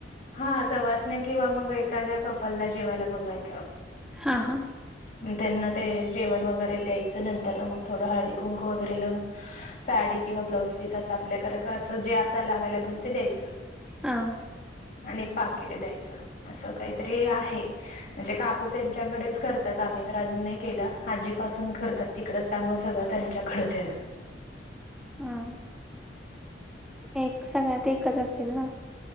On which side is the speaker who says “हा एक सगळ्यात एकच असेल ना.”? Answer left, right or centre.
Centre